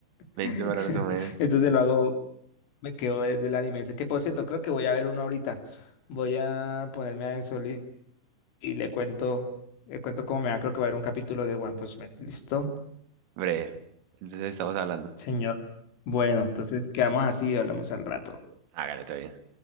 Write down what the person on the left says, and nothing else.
<laughs>
Entonces lo hago, me quedo desde el anime ese, que por cierto, creo que voy a ver uno ahorita. Voy a ponerme a eso y le cuento, le cuento cómo me va, creo que va a haber un capítulo de One Punch Man. ¿Listo?
Señor. Bueno, entonces quedamos así y hablamos al rato.